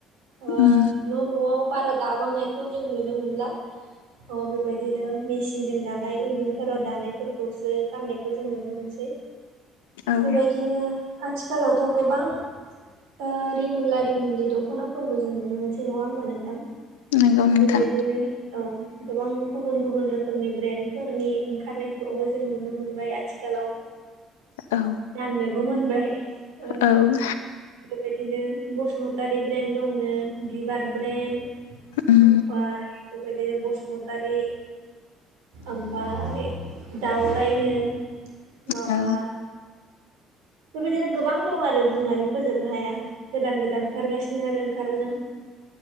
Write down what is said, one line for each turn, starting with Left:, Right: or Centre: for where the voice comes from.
Right: ओ
Left: उम
Right: न' न'वाव बारा दाबांनायखौ जों नुनो मोनला अ बेबायदिनो मेसिनजों दानाय उइबिं फोराव दानायफोरखौसो गाननायखौ जों नुनो मोनसै
Left: औ
Right: बेबायदिनो आथिखालावथ' गोबां ओ रिमोनला रिमोनलि दखनाफोरबो जों नुनो मोनासै सै नङा ओमबा नोंथां
Left: नंगौ नोंथां
Right: बेबायदिनो औ गोबां गुबुन गुबुन रोखोमनि ब्रेन्डफोरनि ओंखारनायखौबो जों नुनो मोनबाय आथिखालाव
Left: औ
Right: गाननोबो मोनबाय ओ
Left: औ
Right: बेबायदिनो बसुमतारि ब्रेन्ड दंनो बिबार ब्रेन्ड
Left: उम
Right: ओमफाय बेबायदिनो बसुमतारी ओमफाय फाय दावरायनो माबा
Left: औ
Right: बेबायदिनो गोबां दं आरो बुंनानै फोजोबनो हाया। गोदान गोदान ओंखारगासिनो आरो ओंखारदों